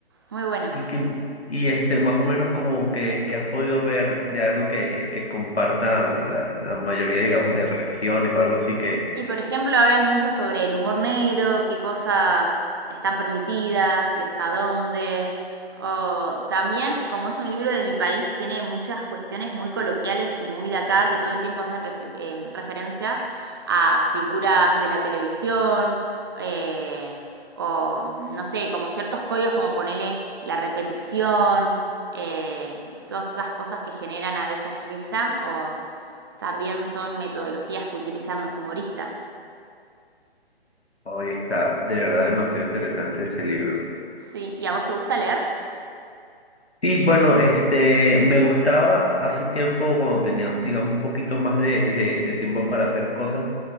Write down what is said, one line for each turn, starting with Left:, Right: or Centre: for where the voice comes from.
Right: muy bueno.
Left: Y, que- y este, más o menos como que, que has podido ver de algo que, que compartan la, la mayoría, digamos, de regiones o algo así que
Right: Y por ejemplo, hablan mucho sobre el humor negro, qué cosas están permitidas y hasta dónde. O también, como es un libro de mi país, tiene muchas cuestiones muy coloquiales y muy de acá que todo el tiempo hacen refi- em, referencia a figuras de la televisión eh, o, mm, no sé, como ciertos códigos como ponele la repetición, eh, todas esas cosas que generan a veces risa o también son metodologías que utilizan los humoristas.
Left: hoy está de verdad demasiado interesante ese libro.
Right: Sí, ¿y a vos te gusta leer?
Left: Sí, bueno, este, me gustaba hace tiempo cuando tenía, digamos, un poquito más de, de, de tiempo para hacer cosas,